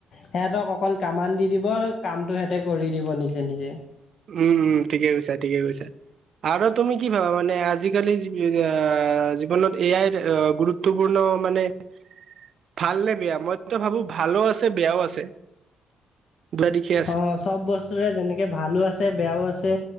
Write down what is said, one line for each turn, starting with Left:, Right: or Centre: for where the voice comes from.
Left: সেহতক অকল কামান দি দিব আৰু কামটো সিহঁতে কৰি দিব নিজে নিজে।
Right: উম উম ঠিকে কৈছা ঠিকে কৈছা। আৰু তুমি কি ভাবা মানে আজিকালি জীৱনত এ আইৰ গুৰুত্ব। গুৰুত্বপূৰ্ণ মানে। ভাল নে বেয়া মইতো ভাবো ভালো আছে বেয়াও আছে। দুটা দিশে আছে
Left: অ'চ চব বস্তুৰে যেনেকে ভালো আছে, বেয়াও আছে।